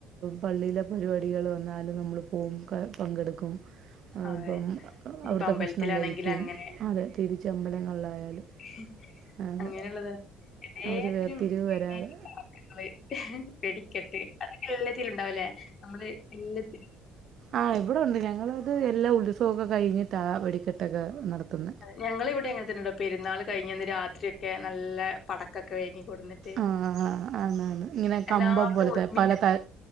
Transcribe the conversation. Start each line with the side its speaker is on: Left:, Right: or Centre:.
Right: പള്ളിയിലെ പരിപാടികൾ വന്നാലും നമ്മള് പോവും പങ്കെടുക്കും
Left: അതെ
Right: ഇപ്പം
Left: ഇനിയിപ്പോ
Right: അവിടുത്തെ
Left: അമ്പലത്തിലാണെങ്കിൽ
Right: ഭക്ഷണം കഴിക്കും
Left: അങ്ങനെ
Right: അതെ തിരിച്ചമ്പലങ്ങളിലായാലും
Left: ഉം
Right: അതെ
Left: എല്ലാത്തിനും
Right: ഒരു വേർതിരിവ്
Left: മെയിൽ
Right: വരാതെ
Left: ആയിട്ട് പടക്കങ്ങള് വെടി കെട്ട് അതൊക്കെ എല്ലാത്തിലും ഉണ്ടാവലേ നമ്മള് എല്ലാത്തിനും
Right: ആഹ് ഇവിടെ ഉണ്ട് ഞങ്ങളത് എല്ലാ ഉത്സവമൊക്കെ കഴിഞ്ഞിട്ട് ആഹ് വെടിക്കെട്ടൊക്കെ നടത്തുന്നു
Left: ഞങ്ങളൾ ഇവിടെ എങ്ങനെന്നണ്ടോ പെരുന്നാൾ കഴിഞ്ഞന്ന് രാത്രിയൊക്കെ നല്ല പടക്കൊക്കെ വാങ്ങി കൊടുന്നിട്ട്
Right: ആഹ് ആന്ന് ആന്ന് ഇങ്ങനെ
Left: എല്ലാവരും
Right: കമ്പം പോലത്തെ
Left: ഒരുമിച്ച്
Right: പല
Left: കൂടും
Right: ത